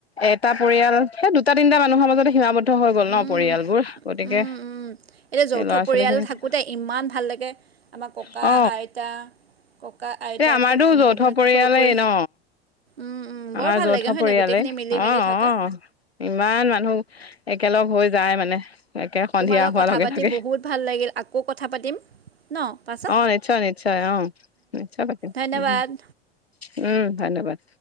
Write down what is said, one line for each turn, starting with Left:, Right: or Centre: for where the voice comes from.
Left: এটা পৰিয়াল সেই দুটা তিনিটা মানুহৰ মাজতে সীমাৱত বদ্ধ হৈ গল
Right: উম
Left: ন পৰিয়ালবোৰ গতিকে
Right: উম উম এতিয়া যৌথ
Left: এই ল'ৰা
Right: পৰিয়াল
Left: ছোৱালী খিনিত
Right: থাকোঁতে ইমান ভাল লাগে আমাৰ ককা
Left: অ
Right: আইতা। ককা আইতাকে
Left: এই আমাৰতো
Right: প্ৰমুখ্য
Left: যৌথ পৰিয়ালেই
Right: কৰি
Left: ন
Right: উম৷ উম
Left: আমাৰ
Right: বৰ ভাল
Left: যৌথ
Right: লাগে হয়
Left: পৰিয়ালে
Right: নাই গোটেইখিনি মিলি
Left: অ-অ৷
Right: মেলি থকা
Left: ইমান মানুহ একেলগ হৈ যায় মানে৷ একে সন্ধিয়া
Right: তোমা লগত
Left: হোৱাৰ
Right: কথা
Left: লগে
Right: পাতি
Left: লগে
Right: বহুত ভাল লাগিল আকৌ কথা পাতিম৷ ন পাঁচ
Left: অ নিশ্চয়-নিশ্চয় অ নিশ্চয় পতিম
Right: ধন্যবাদ
Left: অ৷ উম ধন্যবাদ